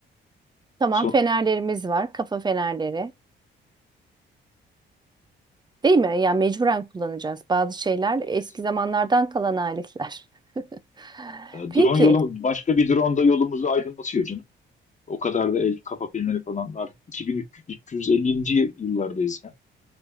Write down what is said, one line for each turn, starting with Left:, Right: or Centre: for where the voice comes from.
Right: Tamam
Left: Son,
Right: fenerlerimiz var. Kafa fenerleri. Değil mi? Ya yani mecburen kullanacağız. Bazı şeyler eski
Left: Evet.
Right: zamanlardan kalan aletler. <laughs>
Left: e,
Right: Peki.
Left: drone yolu, başka bir drone da yolumuzu aydınlatıyor canım. O kadar da el kafa filmleri falan var. 2350. yıllardayız ya.